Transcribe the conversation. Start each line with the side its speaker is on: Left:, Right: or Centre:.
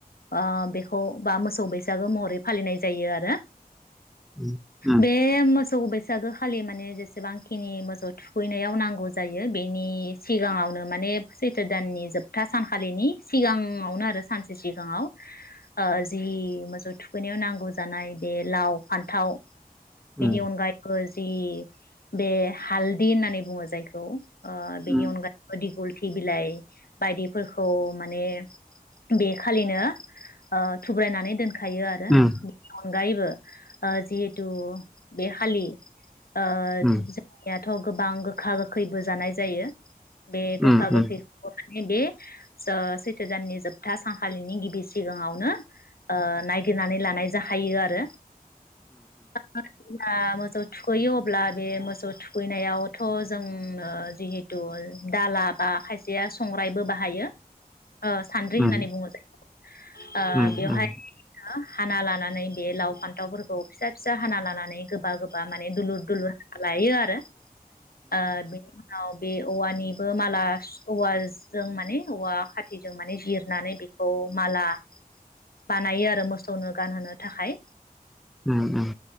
Left: ओ बेखौ बा मोसौ बैसागो महरै फालिनाय जायो आरो।
Centre: उम
Left: बे मोस मोसौ बैसागो खालि माने जेसेबांखिनि मोसौ थुखैनायाव नांगौ जायो बेनि सिगाङावनो माने सैथ्र दाननि जोबथा सानखालिनि सिगाङावनो आरो सानसे सिगाङाव ओ जि मोसौ थुखैनायाव नांगौ जानाय बे लाव फान्थाव।
Centre: उम
Left: बेनि अनगायैबो जि बे हालदि होननानै बुंङो जायखौ ओ बेनि
Centre: उम
Left: अनगायैबो दिगल <unintelligible> बिलाइ बायदिफोरखौ माने बेखालिनो ओ थुब्रायनानै दोन खायो आरो
Centre: उम
Left: <unintelligible> अनगायैबो ओ जिहेथु बे खालि। ओ
Centre: उम
Left: जोंनिया। थ' गोबां गोखा गोखैबो जानाय जायो। बे गोखा
Centre: उम
Left: गोख
Centre: उम
Left: बर'नि बे स सैथो दाननि जोबथा सानखालिनि गिबि सिगाङावनो ओ नायगिरनानै लानाय जाहैयो आरो। <unintelligible> मोसौ थुखैयो अब्ला बे मोसौ थुखैनायावथ' जोंनो जिहेथु दाला बा खायसे खायसेया संग्राइबो बाहायो। ओ सान्द्रि
Centre: उम
Left: होननानै बुङो जायखौ ओ
Centre: उम
Left: बेवहाय
Centre: उम
Left: <unintelligible> हाना लानानै बे लाव फान्थावफोरखौ फिसा फिसा हाना लानानै गोबा गोब माने दलुर दुलुर लायो आरो ओ बेनि उनाव बे औवानिबो माला औवाजों माने औवा खाथिजों माने जिरनानै बेखौ माला बानायो आरो मोसौनो गानहोनो थाखाय
Centre: उम उम